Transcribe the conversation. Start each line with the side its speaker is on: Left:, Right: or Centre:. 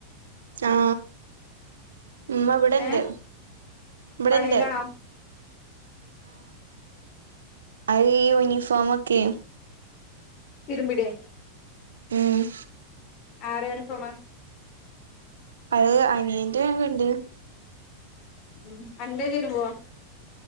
Right: ആ മ്മ ഇവിടെണ്ട്
Left: ഏ
Right: ഇവിടെണ്ട്
Left: പണിയിലാണോ
Right: അയ് യൂണിഫോമൊക്കെ
Left: തിരുമ്പിടേ
Right: ഉം
Left: ആറാണ് ഫോമ
Right: അത് അനിയൻ്റെ -ണ്ട്
Left: ഉം അൻ്റെ തിരുമ്പുവോ